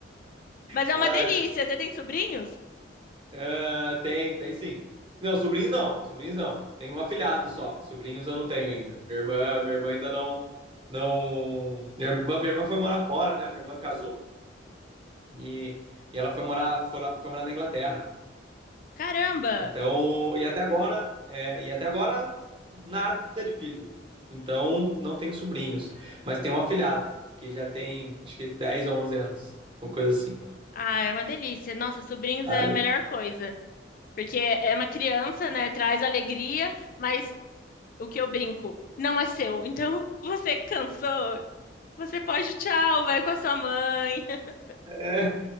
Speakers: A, on the left; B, on the right.
A: Mas é
B: Ai,
A: uma delícia. Você tem sobrinhos?
B: ah, tem, tem sim. Não, sobrinhos não, sobrinhos não. Tenho um afilhado só. Sobrinhos eu não tenho ainda. Minha irmã, minha irmã ainda não, não. Minha irmã, minha irmã foi morar fora, né? Minha irmã casou e, e ela foi morar, foi, foi morar na Inglaterra.
A: Caramba!
B: Então, e até agora, é, e até agora nada de filho. Então, não tenho sobrinhos, mas tenho um afilhado que já tem acho que 10 a 11 anos, uma coisa assim.
A: Ah, é uma delícia. Nossa, sobrinhos
B: Aí,
A: é a melhor coisa. Porque é uma criança, né? Traz alegria, mas o que eu brinco não é seu. Então, <laughs> você cansou, você pode, tchau, vai com a sua mãe. <laughs>
B: É, <laughs> é,